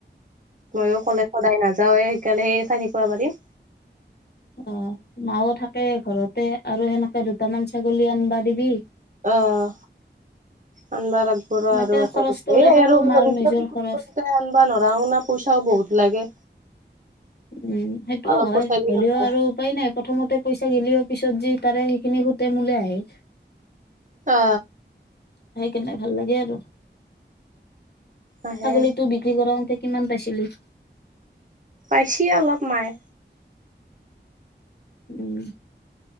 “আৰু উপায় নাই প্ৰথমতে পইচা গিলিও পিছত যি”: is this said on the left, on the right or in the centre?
Left